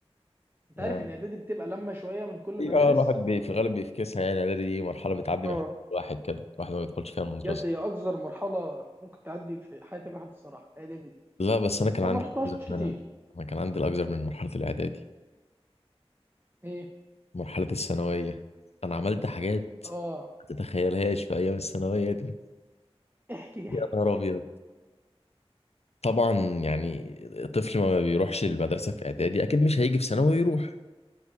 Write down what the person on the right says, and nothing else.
انت
عارف ان اعدادي بتبقى لما شويه من كل
المدارس
اه
بجد هي اقذر مرحله ممكن تعدي في حياه الواحد الصراحه الاعدادي دي
فما
رحتهاش
كتير
ايه
اه
احكي
احكي